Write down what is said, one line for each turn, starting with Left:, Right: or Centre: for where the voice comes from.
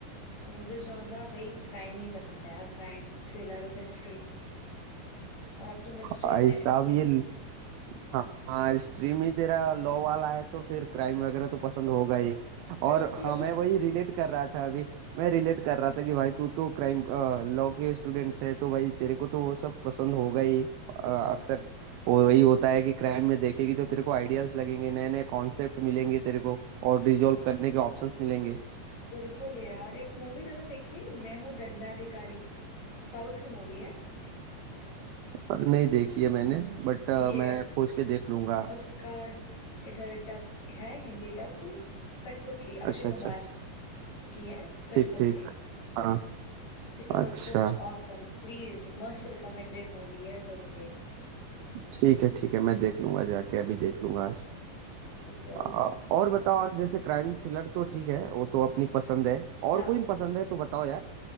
Left: और मुझे जॉनरा वही क्राइम नहीं पसंद है यार क्राइम थ्रिलर मिस्ट्री और अब तो मिस्ट्री
Right: आ,
Left: में
Right: इस- अब
Left: <laughs>
Right: ये हाँ हाँ स्ट्रीम ही तेरा लॉ वाला है तो फिर क्राइम वगैरह तो पसंद होगा ही और
Left: बिल्कुल
Right: हाँ मैं वही रिलेट कर रहा था अभी मैं रिलेट कर रहा था कि भाई तू तो क्राइम लॉ के स्टूडेंट है तो भाई तेरे को तो वो सब पसंद होगा ही आ, अक्सर वो वही होता है कि क्राइम में देखेगी तो तेरे को आइडियाज लगेंगे नए नए कॉन्सेप्ट मिलेंगे तेरे को और रिजॉल्व करने के ऑप्शंस मिलेंगे
Left: बिल्कुल यार एक मूवी मैंने देखी है मैं हूँ दंडाधिकारी साउथ की मूवी है
Right: नहीं देखी है मैंने
Left: हम्म,
Right: बट
Left: ये
Right: मैं खोज के देख लूंगा
Left: उसका इधर डब है हिंदी डब कठपुतली
Right: अच्छा
Left: अक्षय
Right: अच्छा
Left: कुमार की है Kathputli
Right: ठीक ठीक हाँ
Left: It was
Right: अच्छा
Left: just awesome please must recommended movie है जरूर देख
Right: ठीक है ठीक है मैं देख लूंगा जाके अभी देख लूंगा आज
Left: बिल्कुल
Right: अ, और बताओ और जैसे क्राइम थ्रिलर तो ठीक है वो तो अपनी पसंद है
Left: हाँ
Right: और कोई पसंद है तो बताओ यार